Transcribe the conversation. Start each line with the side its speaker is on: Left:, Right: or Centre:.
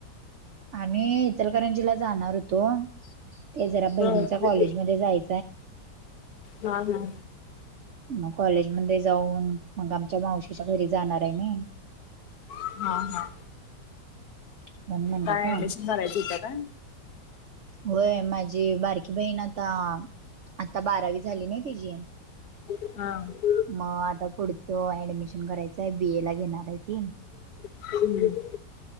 Right: आम्ही इचलकरंजीला जाणार होतो ते जरा बहिणीचा.
Left: होय.
Right: कॉलेज मध्ये जायचाय
Left: हा हा
Right: मग कॉलेज मध्ये जाऊन मग आमच्या मावशीच्या घरी जाणार आहे मी
Left: हा हा
Right: म्हणून म्हणलं
Left: काय
Right: का
Left: ऍडमिशन करायचं होत काय
Right: होय माझी बारकी बहीण आता आता बारावी झाली नाही तिची
Left: हा
Right: मग आता पुढचं ऍडमिशन करायचं आहे बीए ला घेणार आहे की.
Left: हम्म